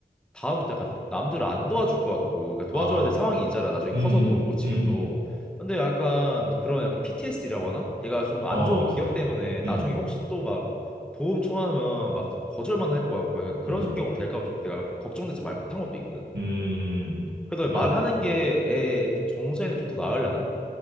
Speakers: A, in the centre; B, on the right (about 80°).
A: 다음부터 약간 남들을 안 도와줄 것 같고 그러니까
B: 아,
A: 도와줘야 될 상황이 있잖아 나중에
B: 음, 음,
A: 커서도 뭐 지금도
B: 음, 음.
A: 근데 약간 그런 약간 PTSD라고 하나? 얘가 좀 안
B: 어,
A: 좋은 기억
B: 맞아.
A: 때문에 나중에
B: 음,
A: 혹시 또 막 도움 청하면 막 거절만 할 것 같고 약간 그런
B: 음,
A: 성격으로 될까 봐 좀 내가 걱정돼서 말 못한 것도 있거든.
B: 음,
A: 그래도
B: 맞.
A: 말하는 게 애 정서에는 좀 더 나으려나?